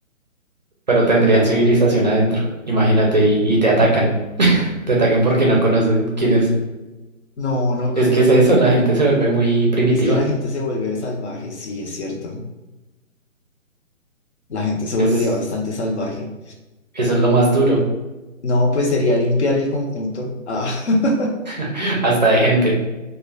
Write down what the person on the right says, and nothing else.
pero tendrían civilización adentro. Imagínate, y, y te atacan. Te atacan porque no conocen quién es.
Es que es
eso, la gente se vuelve muy primitiva.
Es,
eso es lo más duro,
<laughs> hasta de gente.